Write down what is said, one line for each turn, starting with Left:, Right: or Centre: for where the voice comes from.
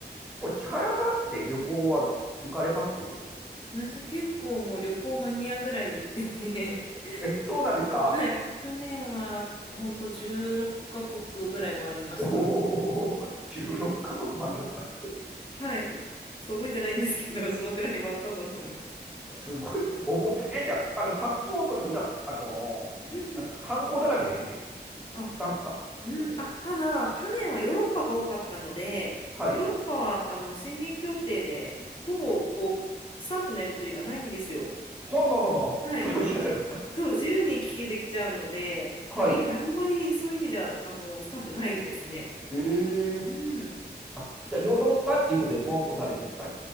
Centre: ぱ千早さんって旅行は行かれます
Left: 私結構もう旅行マニアぐらい行ってて、<laughs>
Centre: <laughs> え、そうなんですか
Left: 去はい、去年はほんと16カ国ぐらい回りました。
Centre: おお、<laughs> 16カ国もありました。
Left: はい。ちょっと覚えてないんですけど、そのくらい回ったと思います。
Centre: すごい、覚え、え、じゃあ、あの、パスポートの裏、あのーなんすか、
Left: うんうん
Centre: ハンコだらけですよね。
Left: あ。
Centre: スタンプか。
Left: うん、あ、ただ、去年はヨーロッパが多かったので、
Centre: はい。
Left: ヨーロッパはあの宣言協定で、ほぼこうスタンプのやり取りがないんですよ。
Centre: はあ、はあはあ、
Left: はい、
Centre: それを知らなかった。
Left: あのじ、そう、自由に行き来できちゃうので、
Centre: はい。
Left: なんで、あんまりそういう意味ではあのスタンプないですね。
Centre: ええー
Left: うん。
Centre: あ、じゃあ、ヨーロッパっていうことでポンと押されるんですか